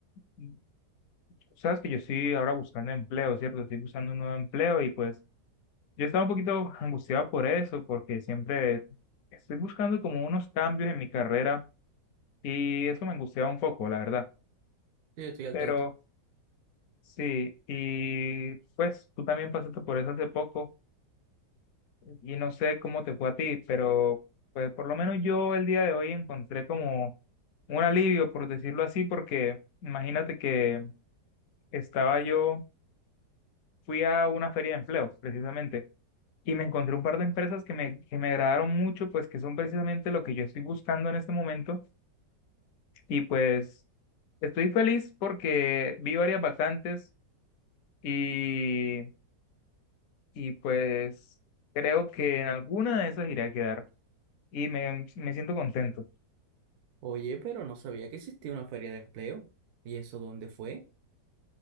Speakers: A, on the left; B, on the right.
A: mm, sabes que yo estoy ahora buscando empleo, ¿cierto? Estoy buscando un nuevo empleo y pues yo estaba un poquito <laughs> angustiado por eso, porque siempre estoy buscando como unos cambios en mi carrera y eso me angustiaba un poco, la verdad.
B: Sí, estoy al
A: Pero
B: tanto.
A: sí, y pues tú también pasaste por eso hace poco. y no sé cómo te fue a ti, pero pues por lo menos yo el día de hoy encontré como un alivio, por decirlo así, porque imagínate que estaba yo, fui a una feria de empleo, precisamente, y me encontré un par de empresas que me, que me agradaron mucho, pues que son precisamente lo que yo estoy buscando en este momento, y pues estoy feliz porque vi varias vacantes y, y pues creo que en alguna de esas iré a quedar y me, me siento contento.
B: Oye, pero no sabía que existía una feria de empleo. ¿Y eso dónde fue?